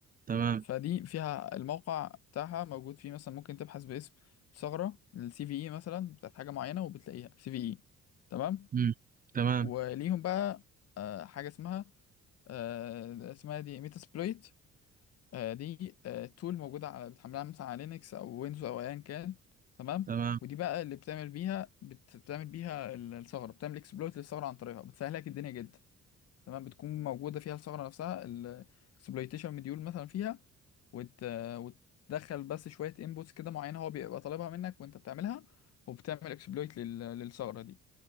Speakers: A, on the right; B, on the left.
A: تمام
B: فدي فيها الموقع بتاعها موجود فيه مثلا ممكن تبحث باسم ثغرة السي في اي مثلا بتاعت حاجة معينة وبتلاقيها سي في اي تمام
A: امم تمام
B: وليهم بقى آه، حاجة اسمها آه، اسمها دي ميتا سبلويت آه، دي آه، تول موجودة على بتحملها مثلا على لينكس أو ويندوز أو أيا كان تمام
A: تمام
B: ودي بقى اللي بتعمل بيها بت- بتعمل بيها ال- الثغرة بتعمل اكسبلويت للثغرة عن طريقها بتسهل لك الدنيا جدا تمام بتكون موجودة فيها الثغرة نفسها الاكسبلويتيشن مديول مثلا فيها وت... وتدخل بس شوية انبوتس كده معينة هو بيبقى طالبها منك وانت بتعملها وبتعمل اكسبلويت لل... للثغرة دي